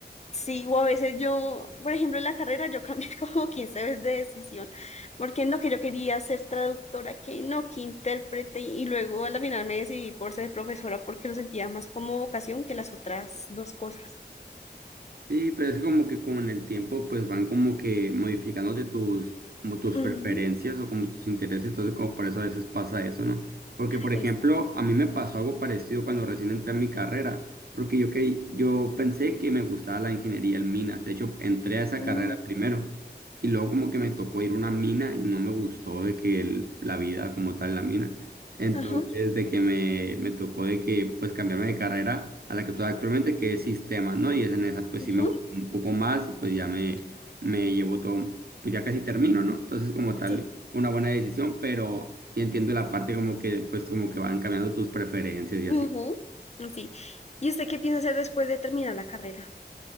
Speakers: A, on the left (about 40°); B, on the right (about 60°).
A: Sí, o a veces yo, por ejemplo, en la carrera yo cambié <laughs> como 15 veces de decisión, porque no que yo quería ser traductora, que no, que intérprete, y luego a la final me decidí por ser profesora porque lo sentía más como vocación que las otras dos cosas.
B: Sí, pero es como que con el tiempo pues van como que modificándote tus, como tus preferencias
A: Ujú,
B: o como tus intereses, entonces como por eso a veces pasa eso, ¿no? Porque por
A: Exacto.
B: ejemplo, a mí me pasó algo parecido cuando recién entré a mi carrera, porque yo, que, yo pensé que me gustaba la ingeniería en minas, de hecho entré a esa
A: Ujú.
B: carrera primero y luego como que me tocó ir a una mina y no me gustó de que el- la vida como tal, la mina. Entonces,
A: Ajá,
B: de que me, me tocó de que, pues, cambiarme de carrera a la que estoy actualmente, que es sistemas, ¿no? Y es en esa, pues,
A: ujú.
B: sí me gustó un poco más y pues ya me, me llevo todo, pues ya casi termino, ¿no? Entonces, como tal,
A: Sí.
B: fue una buena decisión, pero sí entiendo la parte como que, pues, como que van cambiando tus preferencias y
A: Ujú,
B: así.
A: sí. ¿Y usted qué piensa hacer después de terminar la carrera?